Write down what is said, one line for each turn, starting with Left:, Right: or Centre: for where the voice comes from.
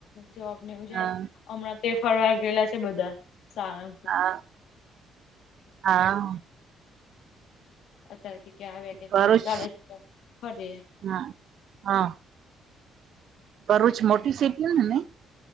Left: જવાબને એવું જાય.
Right: હા
Left: હમણાં તે ફરવા ગેલા છે બધા સારા
Right: હા હા.
Left: અત્યારે કે ક્યાં આવ્યા કે
Right: ભરૂચ
Left: તને એવું ચાલે છે ફરીએ.
Right: હા હ. ભરૂચ મોટી સિટી ઓને